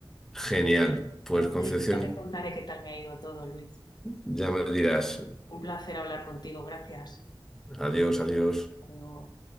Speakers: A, in the centre; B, on the left (about 50°).
A: Genial. Pues
B: En otra-
A: Concepción,
B: ya te contaré qué tal me ha ido todo, Luis.
A: ya me dirás
B: Un placer hablar contigo, gracias.
A: adiós, adiós.
B: Hasta luego.